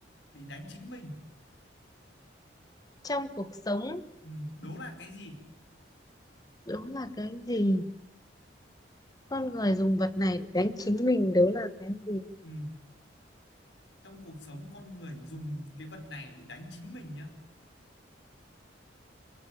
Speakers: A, on the left; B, on the left.
A: để đánh chính mình
B: trong cuộc sống
A: ừ, đố là cái gì
B: đúng là cái gì con người dùng vật này để đánh chính mình đó là cái gì
A: ừ trong cuộc sống con người dùng cái vật này để đánh chính mình nhá